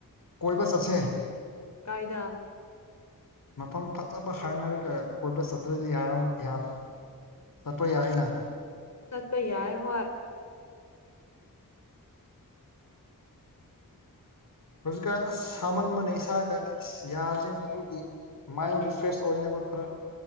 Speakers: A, on the left; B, on the left.
A: ꯀꯣꯏꯕ ꯆꯠꯁꯦ
B: ꯀꯥꯏꯗ
A: ꯃꯐꯝ ꯐꯠꯖꯕ ꯍꯥꯏꯅꯔꯒ ꯀꯣꯏꯕ ꯆꯠꯇ꯭ꯔꯗꯤ ꯌꯥꯔꯝ ꯌꯥ ꯆꯠꯄ ꯌꯥꯏꯅ
B: ꯆꯠꯄ ꯌꯥꯏ ꯍꯣꯏ
A: ꯍꯧꯖꯤꯛꯀꯥꯟ ꯑꯁ ꯁꯥꯃꯟꯕꯅ ꯏꯁꯥꯒꯇꯤ ꯌꯥꯗ꯭ꯔꯤꯅ ꯑꯗꯨꯒꯤ ꯃꯥꯏꯟ ꯔꯤꯐ꯭ꯔꯦꯁ ꯑꯣꯏꯅꯕ ꯈꯔ